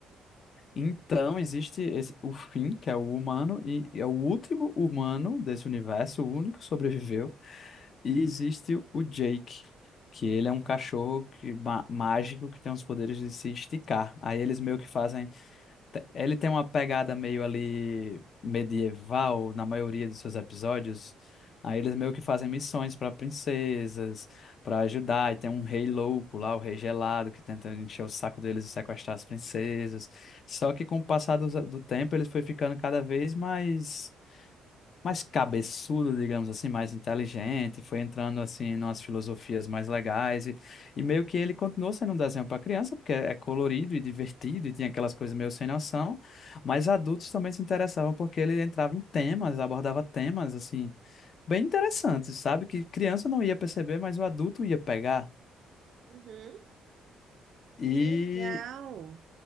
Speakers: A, on the left; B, on the right.
A: Então existe esse- o fim, que é o humano, e e é o último humano desse universo, o único que sobreviveu e existe o Jake, que ele é um cachorro que, ma- mágico que tem os poderes de se esticar. Aí eles meio que fazem. te- Ele tem uma pegada meio ali medieval na maioria dos seus episódios. Aí eles meio que fazem missões para princesas, para ajudar. E tem um rei louco lá, o rei gelado, que tenta encher o saco deles e sequestrar as princesas. Só que com o passar do, do tempo, ele foi ficando cada vez mais mais cabeçudo, digamos assim, mais inteligente, foi entrando assim numas filosofias mais legais e, e meio que ele continuou sendo um desenho para criança, porque é colorido e divertido e tinha aquelas coisas meio sem noção, mas adultos também se interessavam porque ele entrava em temas, abordava temas assim bem interessantes, sabe? Que criança não ia perceber, mas o adulto ia pegar.
B: uhum.
A: e
B: Que legal.